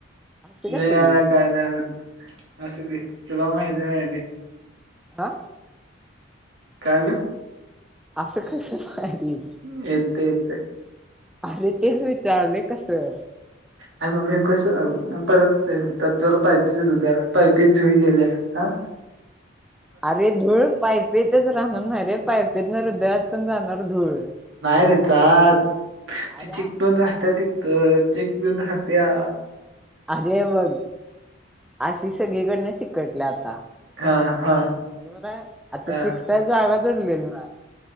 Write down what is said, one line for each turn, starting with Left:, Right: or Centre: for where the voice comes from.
Centre: असं
Right: नाय
Centre: कसं
Right: आला
Centre: येईल
Right: काय नाय होत. असुदे तुला माहती नाय ते.
Centre: आ
Right: कायल
Centre: असं कसंच काय गेली.
Right: येत येत.
Centre: अरे तेच विचारले कसं?
Right: आणि मग मी कसं परत त पायपीचच उदाहरण पायपीत धुळ गेल्या ह
Centre: अरे धूळ पाय तेतच राहणार नाय रे पायपीतन हृदयात पण जाणार धूळ.
Right: नाही रे जात ते
Centre: अरे
Right: चिटकून राहत्या तितक चिटकून राहत्या.
Centre: अरे बघ अशी सगळीकडनं चिकटल्या आता
Right: हा हा
Centre: बरोबर आहे आता
Right: हा
Centre: चिकटायला जागा जडलेल नाय.